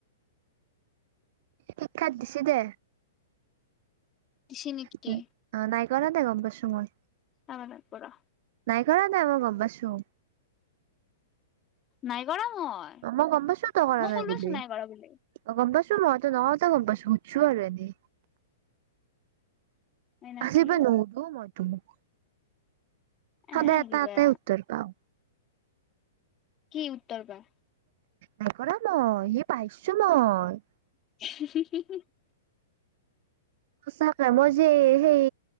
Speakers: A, on the right (about 50°); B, on the left (about 25°).
A: শিক্ষাত দিছে দে।
B: দিছে নেকি
A: হয়, অ', নাই কৰাদে গম পাইছো মই।
B: অ', নাই কৰা।
A: নাই কৰা দে‌, মই গম পাইছো।
B: নাই কৰা মই।
A: অ', মই গম পাইছো তই কৰা
B: মই
A: নাই
B: ক'লোৱেচোন
A: বুলি।
B: কৰা বুলি
A: অ', গম পাইছো মই, তই নকওঁতে গম পাইছো, সুধছো আৰু এনে।
B: হয় নাকি
A: আজিৰ পৰা নুশুধো মই তোক।
B: এ
A: সদায় এটা
B: কিবা
A: এটাই উত্তৰ পাওঁ।
B: কি উত্তৰ পা।
A: নাই কৰা মই, সেই পাইছোঁ মই।
B: <inaudible>
A: সঁচাকে মইযে এই সেই